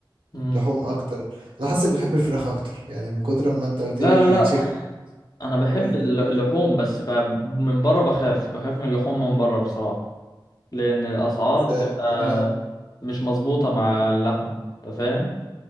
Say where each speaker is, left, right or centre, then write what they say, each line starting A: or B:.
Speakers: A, on the left; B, on the right.
A: أمم.
B: لحوم اكتر انا حاسسك بتحب الفراخ اكتر يعني من كتر ما انت قلت
A: لا
B: لي
A: لا لا
B: تشيكن
A: انا بحب
B: وقلت
A: الل-
B: لي
A: اللحوم بس ب... من بره بخاف بخاف من اللحوم من بره بصراحة لان الاسعار
B: س-
A: بتبقى
B: اه
A: مش مظبوطه مع اللحمه انت فاهم